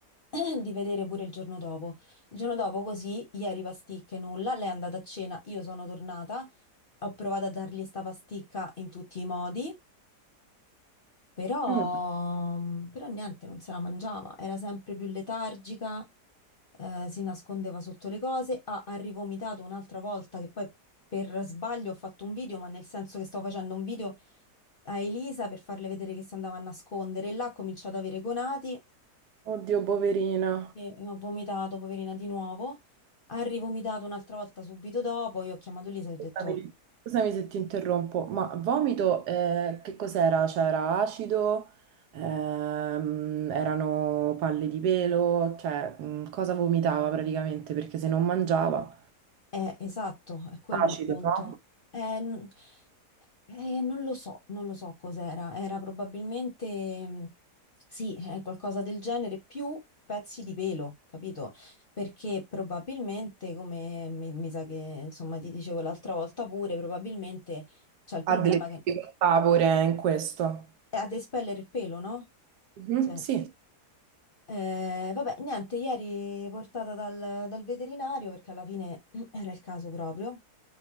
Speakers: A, on the left; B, on the right.
A: <clears throat> di vedere pure il giorno dopo. Il giorno dopo, così, ieri pasticche, nulla. Lei è andata a cena, io sono tornata, ho provato a dargli sta pasticca in tutti i modi. Però,
B: mm.
A: mm, però niente, non se la mangiava, era sempre più letargica, eh, si nascondeva sotto le cose, ha, ha rivomitato un'altra volta che poi per sbaglio ho fatto un video, ma nel senso che stavo facendo un video a Elisa per farle vedere che si andava a nascondere, e là ha cominciato ad avere gonati
B: Oddio, poverina.
A: e ha vomitato, poverina, di nuovo, ha rivomitato un'altra volta subito dopo, io ho chiamato Elisa e ho detto,
B: Scusami, scusami se ti interrompo, ma vomito, eh, che cos'era? C'era acido, Ehm, erano palle di pelo, cioè, mm, cosa vomitava praticamente? Perché se non mangiava,
A: eh, esatto, è quello
B: acido,
A: il punto.
B: no?
A: Eh, Eh, non lo so, non lo so cos'era. Era probabilmente, mh, sì, eh, qualcosa del genere, più pezzi di pelo, capito? Perché probabilmente, come mi, mi sa che insomma ti dicevo l'altra volta pure, probabilmente c'è il problema
B: Ha delle difficoltà
A: che
B: pure in questo.
A: è ad espellere il pelo, no?
B: Mhm,
A: Cioè,
B: sì.
A: eh, vabbè, niente, ieri portata dal, dal veterinario perché alla fine <clears throat> era il caso proprio.